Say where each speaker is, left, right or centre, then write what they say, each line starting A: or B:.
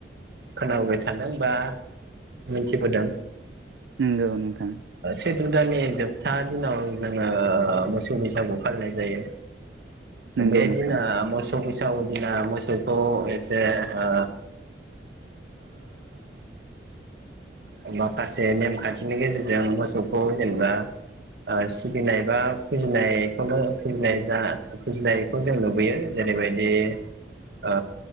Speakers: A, on the right; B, on the right.
A: खोनाबाय थादों बा मिथिबोदों।
B: नंगौ नोंथां।
A: चैत्र दाननि जोबथा दिनाव जोङो मोसौ बैसागु फालिनाय जायो।
B: नंगौ
A: बे
B: नोंथां
A: दिना मोसौ बैसागु दिना मोसौखौ एसे ओ ओ माखासे नेमखान्थिनि गेजेरजों मोसौखौ जेनेबा ओ सिबिनाय बा फुजिनायखौनो फुजिनाय जा फुजिनायखौ जों नुबोयो जेरैबायदि ओ